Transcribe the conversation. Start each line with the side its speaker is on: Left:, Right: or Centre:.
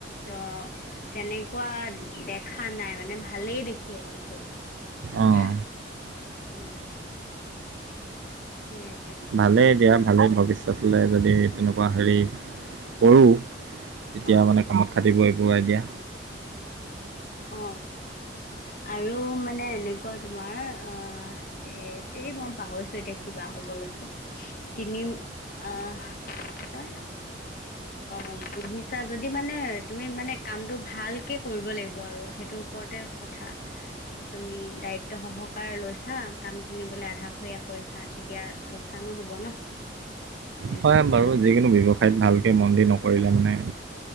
Left: ত তেনেকুৱা দেখা নাই মানে ভালেই দেখি আহিছোঁ <unintelligible>
Right: অঁ
Left: উম উম
Right: ভালে দিয়া ভালে ভাবিছ লে যদি তেনেকুৱা হেৰি কৰোঁ তেতিয়া
Left: অ
Right: মানে কামত কাটিব এইবোৰ আই দিয়া
Left: অ আৰু মানে এনেকুৱা তোমাৰ অ এ তেৰি মই পাহৰিছোঁ এতিয়া কিবা ক'ব লৈছিলো। তিনিম অ' অ' পুহিছা যদি মানে তুমি মানে কামটো ভালকে কৰিব লাগিব। আৰু সেইটো ওপৰতে কথা তুমি দায়িত্ব সহকাৰে লৈছা, কাম খিনিবোলে আধাশৰীয়া কৰিছা। তেতিয়া লোকচানো হ'ব ন। উম
Right: হয় বাৰু, যিকোনো ব্যৱসায়ত ভালকে মন দি নকৰিলে মানে